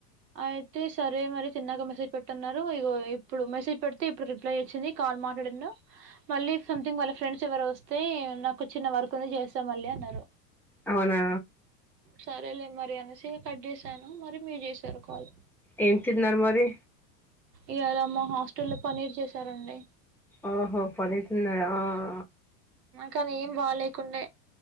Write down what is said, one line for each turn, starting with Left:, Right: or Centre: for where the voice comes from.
Right: అయితే సరే మరి తిన్నాక మెసేజ్ పెట్టన్నారు ఇగో ఇప్పుడు మెసేజ్ పెడితే ఇప్పుడు రిప్లై వచ్చింది కా ల్ మాట్లాడిండు మళ్ళీ సంథింగ్ వాళ్ళ ఫ్రెండ్స్ ఎవరో వస్తే నాకు చిన్న వర్క్ ఉంది చేస్తాం మళ్ళీ అన్ సరే
Centre: అవునా
Right: సరేలే మరి అనేసి కట్ చేసాను మరి మీరు చేసారు కాల్
Centre: ఏం తిన్నారు మరి
Right: ఇవాళ మా హాస్టల్ లో పన్నీర్ చేసారండి
Centre: ఓహో పన్నీర్ తిన్నరా ఆ
Right: కానీ ఏం బాలేకుండే